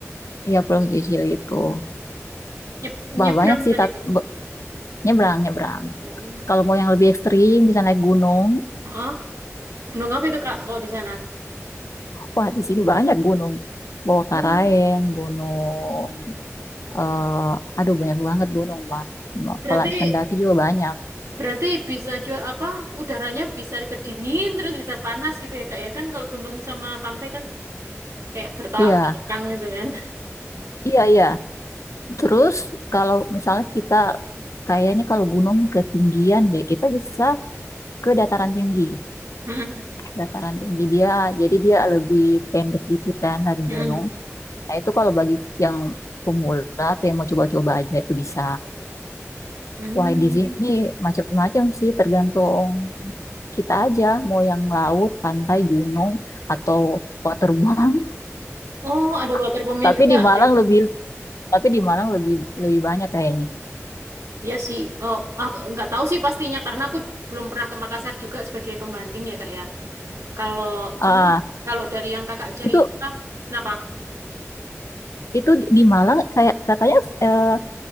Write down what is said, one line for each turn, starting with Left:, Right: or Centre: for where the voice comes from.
Left: ya Pulau Sicili itu.
Right: Nyep-
Left: Bah,
Right: nyebrang
Left: banyak sih,
Right: berarti.
Left: tat- be- nyebrang, nyebrang.
Right: Oh.
Left: Kalau mau yang lebih ekstrim, bisa naik gunung.
Right: Ah, gunung apa itu kak kalau di sana?
Left: Wah, di sini banyak gunung. Bawah
Right: Oh.
Left: Karaeng, gunung. eh aduh, banyak banget gunung. Bah.
Right: Berarti
Left: Pendaki juga banyak.
Right: Berarti bisa juga apa udaranya bisa kedingin terus bisa panas gitu ya Kak ya kan kalau gunung sama pantai kan kayak bertolak
Left: Iya,
Right: belakang gitu kan.
Left: iya, iya. Terus kalau misalnya kita kayaknya kalau gunung ketinggian deh, kita bisa ke dataran tinggi.
Right: Mm-mm.
Left: Dataran tinggi dia, jadi dia lebih pendek dikit kan dari
Right: Mm-mm.
Left: gunung. Nah itu kalau bagi yang pemula atau yang mau coba-coba aja itu bisa.
Right: Mm.
Left: Wah di sini macam-macam sih tergantung kita aja mau yang laut, pantai, gunung atau waterboom.
Right: Oh, ada water
Left: <laughs>
Right: pumpnya
Left: Tapi
Right: juga.
Left: di Malang
Right: di situ.
Left: lebih tapi di Malang lebih lebih banyak kayaknya.
Right: Iya sih. Oh, aku nggak tahu sih pastinya karena aku belum pernah ke Makassar juga sebagai pembanding ya Kak ya. Kalau
Left: Ah,
Right: cuman kalau dari yang Kakak cerita,
Left: itu
Right: kenapa?
Left: itu di Malang kayak katanya eh,